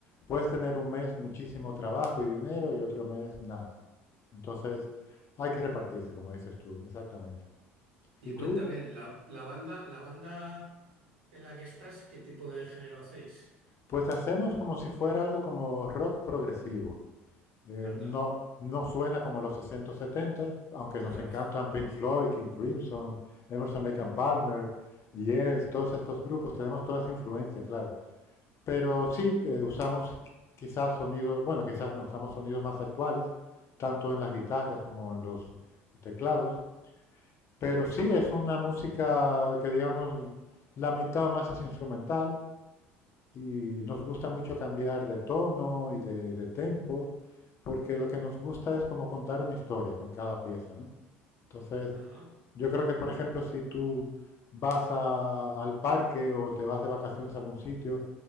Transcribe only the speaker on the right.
Y
cuéntame, la, la banda, la banda. en la que estás, ¿qué tipo de género hacéis?
Anda,
claro.
<laughs>
Ajá.